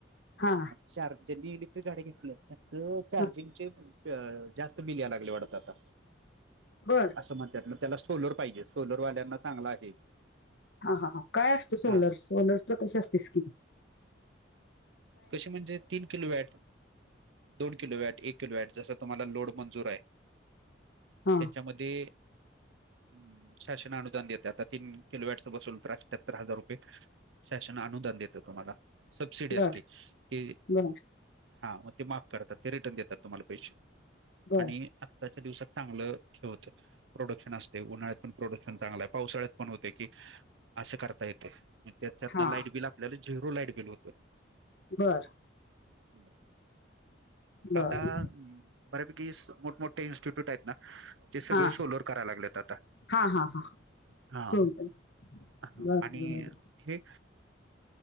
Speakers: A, on the left; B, on the right.
A: हा
B: <unintelligible> चार्जनी त गाड्या घेतल्या त्याच चार्जिंगचे
A: हा
B: <inaudible> जास्त बिल या लागले वाटत आता
A: बर
B: अस म्हणत त्याला सोलर पाहिजे सोलरवाल्या चांगला आहे
A: हा हा हा काय असतं सोलर
B: हा
A: सोलरच कस असते स्कीिम
B: कशी म्हणजे तीन किलो वेळ दोन किलो वॅट एक किलो वॅट जसं तुम्हाला लो मंजर आहे.
A: हा
B: त्याच्यामध्ये हम शासना अनुदान देते आता तीन किलोवॅटचं बसूनल तर अठ्याहत्तर हजार रुपये. सेशन अनुदान देतो तुम्हाला? सबसिडी असते
A: बर
B: ते
A: बर
B: हा मग ते माफ करतात ते रिटर्न देतात तुम्हाला पैसे
A: बर
B: आणि आत्ताच्या दिवसात चांगलं हे होतं प्रोडक्शन असते उन्हाळ्यात पण प्रोडक्शन चांगलं आहे पावसाळ्यात पण होते की असे करता येते त्याच्यातन
A: हा
B: लाईट बिल आपल्याला झिरो लाईट बिल होतं.
A: बरं.
B: बरं.
A: बर
B: आता बऱ्यापैकी मोठमोठे इन्स्टिट्यूट आहेत ना. ते सगळे
A: हा
B: सोलोर करायला लागलेत आता
A: हा हा हा
B: हा
A: सोलर
B: ह
A: बर
B: आणि
A: बर
B: हे